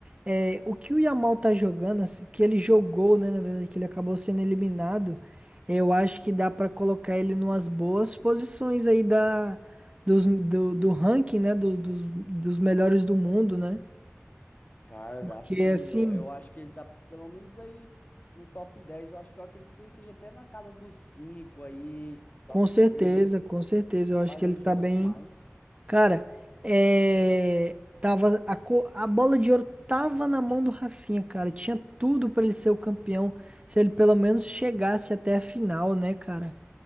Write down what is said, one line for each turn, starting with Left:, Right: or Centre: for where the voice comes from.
Right: é, o que o Yamal tá jogando, assim, que ele jogou, né, na verdade, que ele acabou sendo eliminado, eu acho que dá pra colocar ele numas boas posições aí da, dos, do, do ranking, né, do- dos, dos melhores do mundo, né?
Left: Cara,
Right: Porque,
Left: dá sim,
Right: assim,
Left: eu, eu acho que ele tá pelo menos aí no top dez Eu acho que eu acredito que ele esteja até na casa dos 5 aí, top
Right: com certeza,
Left: três
Right: com certeza,
Left: Rapaz,
Right: eu acho que ele
Left: ele
Right: tá
Left: jogou
Right: bem.
Left: demais.
Right: Cara, é... tava a, co- a bola de ouro tava na mão do Rafinha, cara. Tinha tudo pra ele ser o campeão, se ele pelo menos chegasse até a final, né, cara?